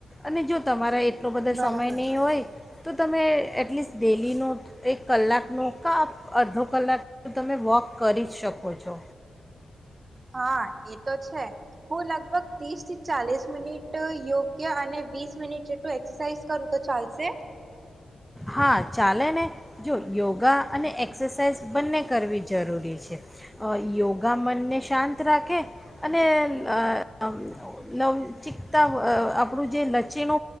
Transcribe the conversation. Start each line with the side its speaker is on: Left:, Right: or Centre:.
Centre: અને જો તમારા એટલો બધો
Right: બરાબર
Centre: સમય નહી હોય તો તમે એટલીસ્ટ ડેલીનો એક કલાકનો કાપ અડધો કલાક તમે વોક કરી જ શકો છો
Right: હા એ તો છે હું લગભગ ત્રીસ ચાલીસ મિનિટ યોગ્ય અને વીસ મિનિટ જેટલું એક્સરસાઇઝ કરું તો ચાલશે
Centre: હા ચાલે ને જો યોગા અને એક્સરસાઇઝ બંને કરવી જરૂરી છે અ યોગ યોગા મનને શાંત રાખે અને <unintelligible> નવ ચિકતા અ આપણું જે લચીણો